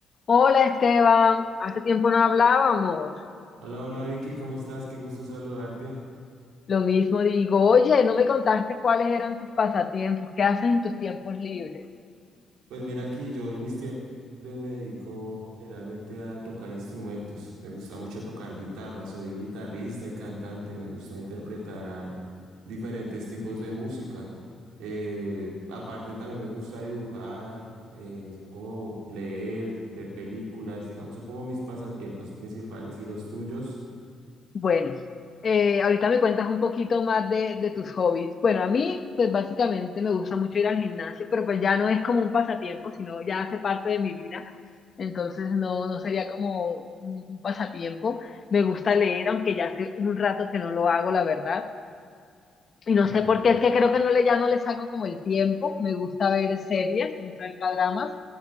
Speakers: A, on the left (about 40°); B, on the right (about 85°).
A: Hola Esteban, hace tiempo no hablábamos.
B: Hola, hola Vicky, ¿cómo estás? Qué gusto saludarte.
A: Lo mismo digo, oye, no me contaste cuáles eran tus pasatiempos, qué haces en tus tiempos libres.
B: Pues mira que yo en mis tiempos libres me dedico generalmente a tocar instrumentos. Me gusta mucho tocar guitarra, soy guitarrista y cantante, me gusta interpretar diferentes tipos de música. Eh, aparte también me gusta dibujar, eh, son como leer, ver películas, digamos, son como mis pasatiempos principales. ¿Y los tuyos?
A: Bueno, eh, ahorita me cuentas un poquito más de, de tus hobbies. Bueno, a mí, pues básicamente me gusta mucho ir al gimnasio, pero pues ya no es como un pasatiempo, sino ya hace parte de mi vida. Entonces no, no sería como un un pasatiempo. Me gusta leer, aunque ya hace un rato que no lo hago, la verdad. Y no
B: Ok,
A: sé por qué, es que creo que no le, ya no le saco como el tiempo. Me gusta ver series, me gusta ver dramas.